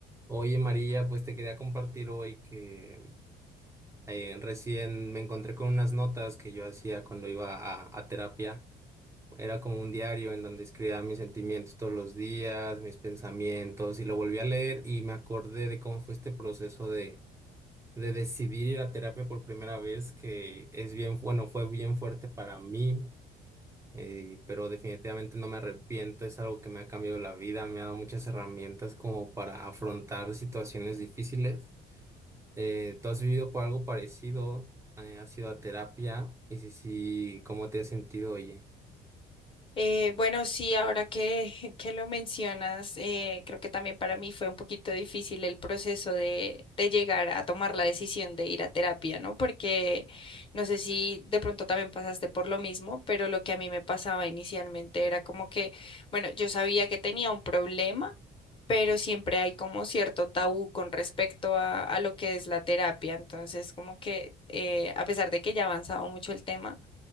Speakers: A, on the right (about 15°); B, on the left (about 30°).
A: Oye María, pues te quería compartir hoy que eh, recién me encontré con unas notas que yo hacía cuando iba a, a terapia. Era como un diario en donde escribía mis sentimientos todos los días, mis pensamientos, y lo volví a leer y me acordé de cómo fue este proceso de, de decidir ir a terapia por primera vez, que es bien, bueno, fue bien fuerte para mí, eh, pero definitivamente no me arrepiento, es algo que me ha cambiado la vida, me ha dado muchas herramientas como para afrontar situaciones difíciles. Eh, ¿tú has vivido por algo parecido? Eh, ¿has ido a terapia? Y si sí, ¿cómo te has sentido, oye?
B: Eh, bueno, sí, ahora que, <laughs> que lo mencionas, eh, creo que también para mí fue un poquito difícil el proceso de, de llegar a tomar la decisión de ir a terapia, ¿no? Porque no sé si de pronto también pasaste por lo mismo, pero lo que a mí me pasaba inicialmente era como que, bueno, yo sabía que tenía un problema, pero siempre hay como cierto tabú con respecto a, a lo que es la terapia. Entonces, como que eh, a pesar de que ya avanzaba mucho el tema,